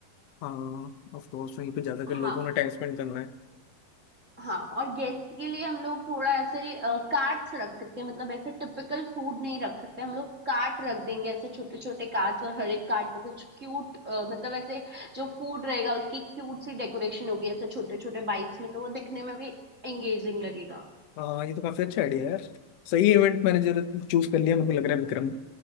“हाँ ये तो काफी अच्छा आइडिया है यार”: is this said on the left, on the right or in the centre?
Left